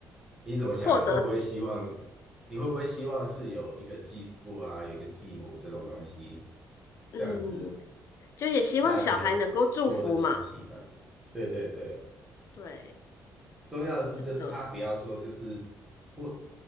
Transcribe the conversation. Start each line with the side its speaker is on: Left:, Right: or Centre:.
Centre: 你怎么想？
Left: 获得，
Centre: 你会不会希望你会不会希望是有一个继父啊，有一个继母这种东西，
Left: 嗯，
Centre: 这样子，
Left: 就也希望小孩能够祝福嘛，
Centre: 那你有多的亲戚这样子？对对对。
Left: 对，
Centre: 重要的是，
Left: 真的。
Centre: 就是他不要说就是混，